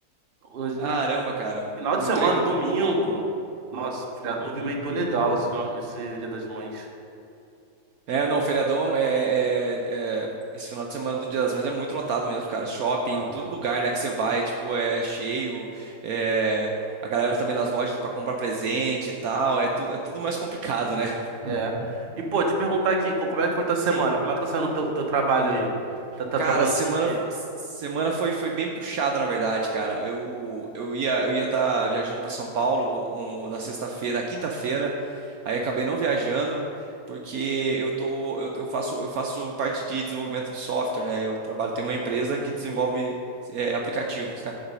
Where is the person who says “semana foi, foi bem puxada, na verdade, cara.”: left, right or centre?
Right